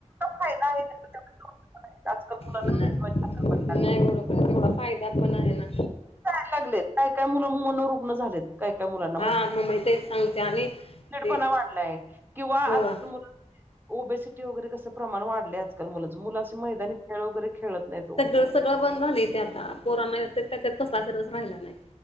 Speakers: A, on the right (about 15°); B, on the left (about 50°).
A: हा आहे. तेवढा तोटा पण आहे. आजकाल मुलांना
B: नाही
A: मेंदवाची आजार व्हायला लागली.
B: नाही बरोबर आहे तेवढा फायदा पण आहे ना
A: लागत काय काय मुल मनोरुग्ण झाले. काय काय मुलांना?
B: हा म्ई तेच सांगते आणि ते
A: पणा वाढलाय किंवा
B: हो.
A: आजकाल मु ओबेसिटी वगैरे कसं प्रमाण वाढल्याच. मुलाच मुलं असशी मैनी खेळ वगैरे खेळत नाही
B: सगळं
A: ओ.
B: सगळं बंद झाले ते आता पोरांना य त्यात कसलाच रस राहिला नाही.